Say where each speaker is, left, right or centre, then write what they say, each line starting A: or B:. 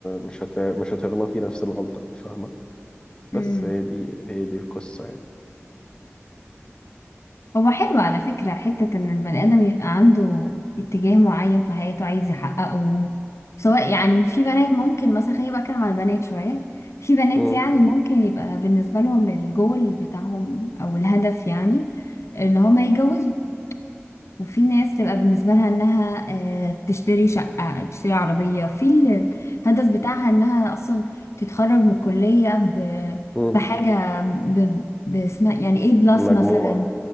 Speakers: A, on the left; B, on the left.
A: مش هت... مش هتغلطي نفس الغلطة فاهمة بس
B: امم
A: هي دي هي دي القصة يعني
B: هو حلو على فكرة حتة إن البني آدم يبقى عنده اتجاه معين في حياته عايز يحققه سواء يعني في بنات ممكن مثلا خليني بقى أتكلم على البنات شوية في بنات
A: مم.
B: يعني ممكن يبقى بالنسبة لهم الجول بتاعهم أو الهدف يعني إن هما يتجوزوا وفي ناس تبقى بالنسبة لها إنها آه، تشتري شقة تشتري عربية في الهدف بتاعها إنها أصلا تتخرج من الكلية ب-
A: مم.
B: بحاجة ب- باسمها يعني A بلس
A: مجموعة
B: مثلا